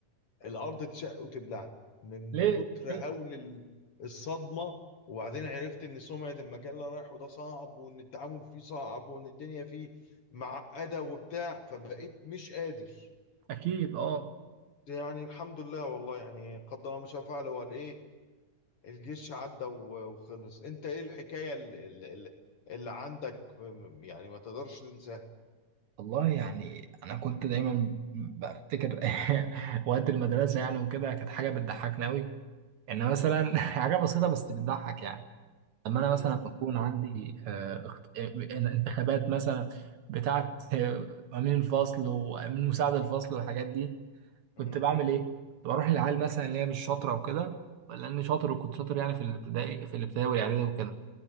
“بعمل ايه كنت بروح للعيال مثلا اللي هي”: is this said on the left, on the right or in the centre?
Right